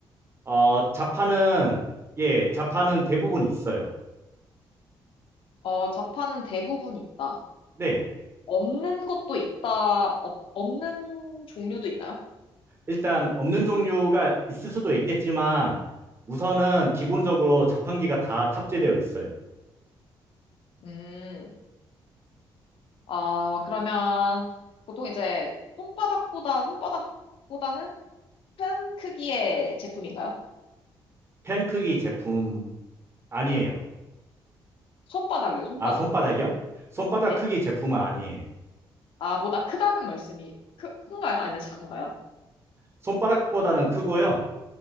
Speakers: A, on the right; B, on the left.
A: 어, 자판은, 예, 자판은 대부분 있어요.
B: 어, 자판은 대부분 있다.
A: 네,
B: 없는 것도 있다. 없- 없는 종류도 있나요?
A: 일단 없는 종류가 있을 수도 있겠지만 우선은 기본적으로 자판기가 다 탑재되어 있어요.
B: 음. 아, 그러면 보통 이제 손바닥보다, 손바닥보다는 큰 크기의 제품인가요?
A: 펜 크기 제품 아니에요.
B: 손바닥이요, 손바닥.
A: 아, 손바닥이요? 손바닥
B: 네.
A: 크기 제품은 아니에요.
B: 아, 보다 크다는 말씀이 크, 큰가요? 아니면 작은가요?
A: 손바닥보다는 크고요.